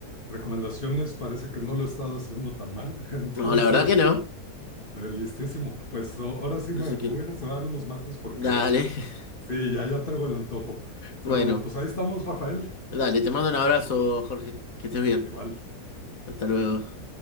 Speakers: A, on the left; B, on the left.
A: recomendaciones. Parece que no lo he estado haciendo tan mal, <laughs> entonces...
B: No, la verdad que no.
A: Eh, Listísimo. Pues o- ahora sí me,
B: Así que,
A: me voy a ir a cebar unos mates porque
B: dale. <laughs>
A: sí, ya, ya traigo el antojo. Pero
B: Bueno,
A: pues ahí estamos, Rafael.
B: dale, te mando un abrazo, Jorge. Que estés bien.
A: Igual.
B: Hasta luego.